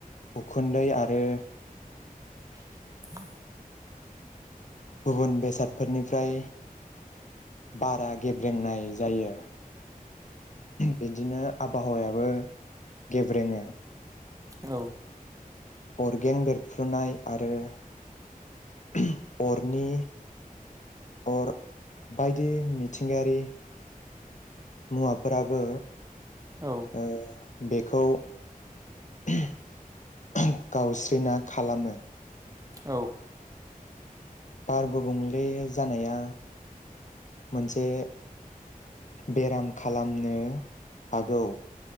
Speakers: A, on the left; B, on the right.
A: उखुन्दै आरो
B: <inaudible>
A: गुबुन बेसादफोरनिफ्राय बारा <unintelligible> रोंनाय जायो बिदिनो आबहावायाबो गेब्रेङो।
B: औ
A: अरगें बेरफ्रुनाय आरो <inaudible> अरनि, अर बायदि मिथिंगायारि मुवाफोराबो
B: औ
A: ओ बेखौ <unintelligible> गावस्रिना खालामो।
B: औ
A: बार गुबुंले जानाया मोनसे बेराम खालामनो हागौ।